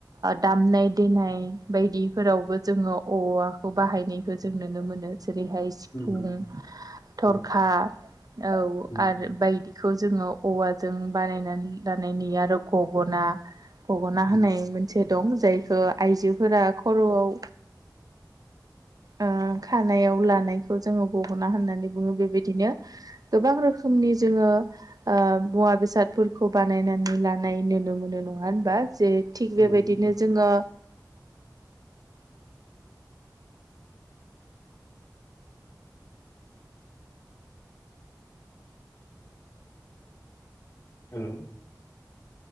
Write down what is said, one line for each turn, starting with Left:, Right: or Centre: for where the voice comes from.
Right: दामनाय देनाय बायदिफोरावबो जोङो औवाखौ बाहायनायखौ जों नुनो मोनो जेरैहाय सिफुं,
Left: नंगौ
Right: थरखा,
Left: औ
Right: औ
Left: उम
Right: आरो बायदि बेखौ जोङो औवाजों बानायनानै लानाय नुयो आरो गगना गग'ना
Left: उम
Right: होनाय मोनसे दं जायखौ आइजोफोरा खर'आव।
Left: <inaudible>
Right: ओ खानायाव लानायखौ जोङो गगना होननानै बुङो बेबायदिनो गोबां रोखोमनि जोङो मुवा बेसादफोरखौ बानायनानै लानाय नुनो मोनो नङा होनबा जे थिग बेबायदिनो
Left: नंगौ
Right: जोङो
Left: हेल'।